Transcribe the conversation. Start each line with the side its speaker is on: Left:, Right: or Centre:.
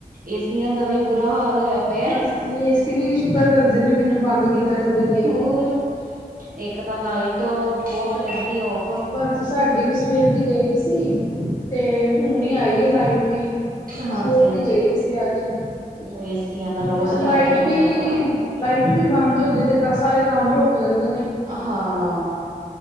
Right: ਏਸੀਆਂ ਦਾ ਵੀ ਬੁਰਾ ਹਾਲ ਹੋਇਆ। ਪਿਆ।
Left: ਬਸ ਜੀ ਏ ਵੀ ਸ਼ੁਕਰ ਕਰਦੇ ਨੇ ਮੈਨੂੰ ਬੰਦ
Right: ਹਾਂ
Left: ਕੀਤਾ ਥੋੜ੍ਹੀ ਦੇਰ
Right: ਹੋਰ ਇੱਕ ਤਾਂ ਲਾਈਟ ਬਹੁਤ ਰਹਿੰਦੀ ਫ
Left: ਬਸ ਸਾਡੀ ਵੀ ਸਵੇਰ ਦੀ ਗਈ ਦੀ ਸੀ, ਤੇ ਹੁਣ ਹੀ ਆਈ ਲਾਈਟ ਵੀ
Right: ਹਾਂਜੀ
Left: ਸਟ
Right: ਹਾਂਜੀ
Left: ਦੀ ਗਈ ਸੀ ਅੱਜ
Right: ਉਹ ਏਸੀਆਂ ਦਾ ਲੋਡ
Left: ਉਸ
Right: ਕਰਕੇ
Left: ਲਾਈਟ
Right: ਹੋ
Left: ਵੀ,
Right: ਜਾਂਦਾ ਨਾ
Left: ਲਾਈਟ ਵੀ ਬੰਦ ਹੋਜੇ ਤੇ ਸਾਰੇ ਕੰਮ ਰੁਕ ਜਾਂਦੇ ਨੇ,
Right: ਹਾਂ